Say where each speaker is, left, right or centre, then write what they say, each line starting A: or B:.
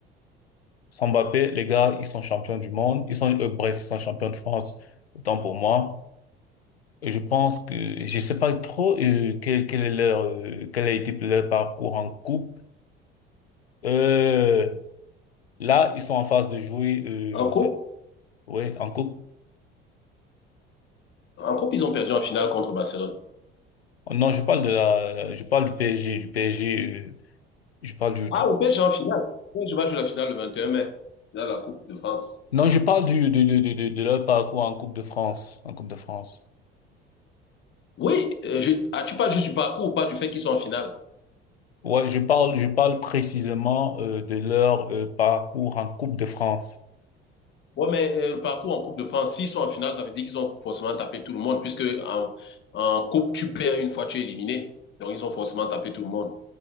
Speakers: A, on the left; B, on the left.
A: Sans Mbappé, les gars, ils sont champions du monde. Ils sont, euh, bref, ils sont champions de France, autant pour moi. Et je pense que, je sais pas trop, euh, quel, quel est leur, euh, quel a été leur parcours en coupe. Euh, là, ils sont en phase de jouer, euh,
B: En coupe,
A: ouais, en coupe.
B: en coupe, ils ont perdu en finale contre Barcelone.
A: Non, je parle de la, je parle du PSG, du PSG, euh, je parle du, du,
B: Ah, le PSG en finale. Le PSG va jouer la finale le 21 mai. Là, la Coupe de France.
A: Non, je parle du, de, de, de, de de leur parcours en Coupe de France, en Coupe de France.
B: Oui, euh, je, ah, tu parles juste du parcours ou pas du fait qu'ils sont en finale?
A: Ouais, je parle, je parle précisément euh, de leur euh, parcours en Coupe de France.
B: Oui, mais euh, le parcours en Coupe de France, s'ils sont en finale, ça veut dire qu'ils ont forcément tapé tout le monde, puisque en, en Coupe, tu perds une fois tu es éliminé. Donc, ils ont forcément tapé tout le monde.